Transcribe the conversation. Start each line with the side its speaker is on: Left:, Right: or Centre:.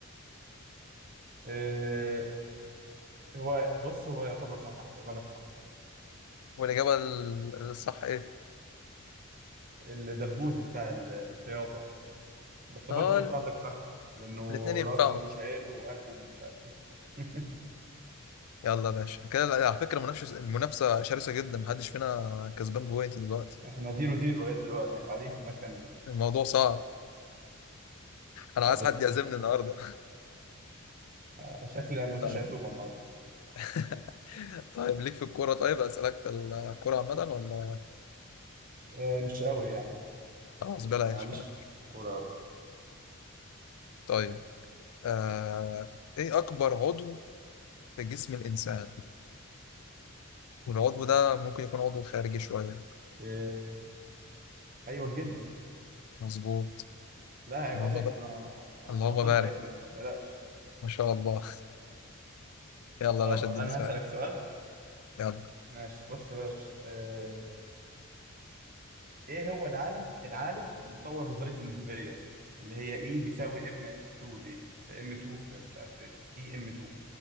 Right: إيه هو بص هو يعتبر صح هحسبها لك صح
Left: والاجابه ال- الصح ايه
Right: الدبوس بتاع ال- الخياطة بس
Left: اه
Right: برضه بتاعتك صح لأنه
Left: الاثنين ينفعوا
Right: راسه ملوش عيل وقلبه مش عارف إيه. <laughs>
Left: يلا يا باشا كده على فكره المنافسه المنافسه شرسه جدا محدش فينا كسبان بوينت دلوقتي
Right: احنا زيرو زيرو لغاية دلوقتي قاعدين في مكان
Left: الموضوع صعب انا عايز
Right: طب
Left: حد
Right: اسأل.
Left: يعزمني النهارده
Right: آه، شكل ما
Left: <laughs>
Right: فيش
Left: طيب
Right: عزومة النهاردة
Left: <laughs> طيب ليك في الكوره طيب اسالك في الكوره عامه ولا
Right: إيه مش قوي يعني
Left: خلاص بلاش
Right: معليش
Left: بلاش
Right: في الكورة قوي
Left: طيب آه... ايه اكبر عضو في جسم الانسان والعضو ده ممكن يكون عضو خارجي شويه
Right: إيه أيوه الجلد
Left: مظبوط
Right: لا عيب
Left: اللهم
Right: عليك
Left: بقى
Right: أنا أنا
Left: اللهم
Right: طب
Left: بارك
Right: يعني فما تقلقش
Left: ما شاء الله <laughs> يلا
Right: طب
Left: يا باشا اديني
Right: أنا
Left: سؤال
Right: هسألك سؤال
Left: يلا
Right: ماشي بص يا باشا إيه ايه هو العالم العالم اللي طور نظريه النسبيه اللي هي اي بيساوي ام اكس 2 دي ام 2 في مش عارف ايه اي ام 2